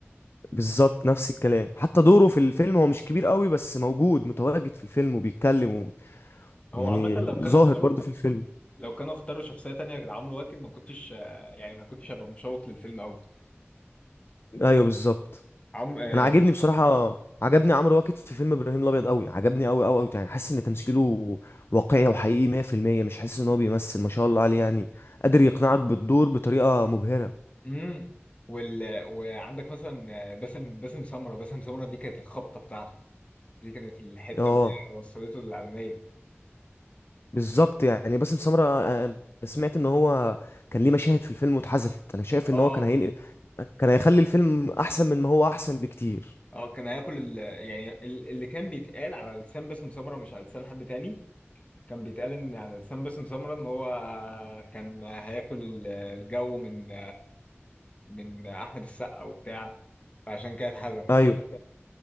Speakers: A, on the left (about 60°); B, on the left (about 30°).
A: بالظبط نفس الكلام حتى دوره في الفيلم هو مش كبير قوي بس موجود متواجد في الفيلم وبيتكلم و...
B: هو
A: يعني
B: عامه لو كانوا
A: ظاهر
B: اختاروا
A: برضو في الفيلم
B: لو كانوا اختاروا شخصيه تانية غير عمرو واكد ما كنتش آه، يعني ما كنتش هبقى مشوق للفيلم قوي
A: ايوه بالظبط
B: عم آه،
A: انا عاجبني بصراحة عجبني عمرو واكد في فيلم ابراهيم الابيض قوي عجبني قوي قوي قوي يعني حاسس ان تمثيله واقعي وحقيقي 100% مش حاسس ان هو بيمثل ما شاء الله عليه يعني قادر يقنعك بالدور بطريقة مبهرة
B: امم وال... وعندك مثلا آه، باسم باسم سمره باسم سمره دي كانت الخبطه بتاعته دي كانت الحته
A: اه
B: اللي هي وصلته للعالميه
A: بالظبط يعني باسم سمرة آه، انا سمعت ان هو كان ليه مشاهد في الفيلم واتحذفت انا شايف
B: اه
A: ان هو كان هينقل كان هيخلي الفيلم احسن من ما هو احسن بكتير
B: اه كان هياكل ال... يعني ال- اللي كان بيتقال على لسان باسم سمره مش على لسان حد تاني كان بيتقال ان على لسان باسم سمرة ان هو كان هياكل ال- الجو من من احمد السقا وبتاع فعشان كده اتحذفت
A: ايوه